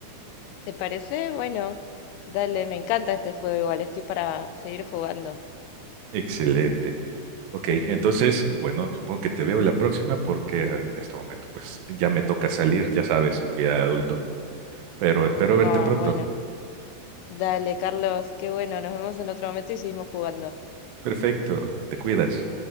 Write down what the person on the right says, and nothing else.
Excelente. Ok, entonces, bueno, supongo que te veo la próxima porque eh, en este momento pues ya me toca salir, ya sabes, vida de adulto, pero espero verte
pronto.
Perfecto, te cuidas.